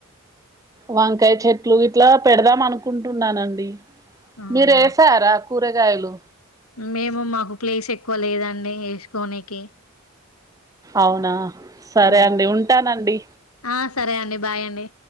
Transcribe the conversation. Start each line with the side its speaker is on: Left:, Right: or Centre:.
Right: వంకాయ చెట్లు ఇట్లా పెడదాం అనుకుంటున్నానండి
Left: అవునా
Right: మీరు వేసారా కూరగాయలు
Left: మేము మాకు ప్లేస్ ఎక్కువ లేదండి వేసుకోనికి
Right: అవునా సరే
Left: ఆ
Right: అండి ఉంటానండి
Left: ఆ సరే అండి బాయ్ అండి